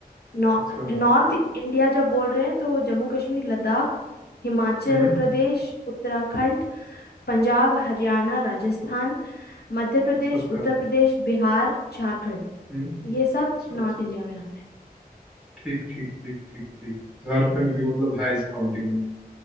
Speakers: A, on the left; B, in the centre.
A: नॉ-
B: अच्छा
A: नॉर्थ इंडिया जब बोल रहे हैं तो जम्मू कश्मीर लद्दाख हिमाचल
B: हम्म
A: प्रदेश उत्तराखंड पंजाब हरियाणा राजस्थान मध्य
B: अच्छा
A: प्रदेश
B: अच्छा
A: उत्तर प्रदेश बिहार झारखंड
B: हम्म
A: ये सब
B: अच्छा अच्छा
A: नॉर्थ इंडिया
B: अच्छा
A: में आता है
B: ठीक ठीक ठीक ठीक ठीक झारखंड भी मतलब है इस काउंटिंग में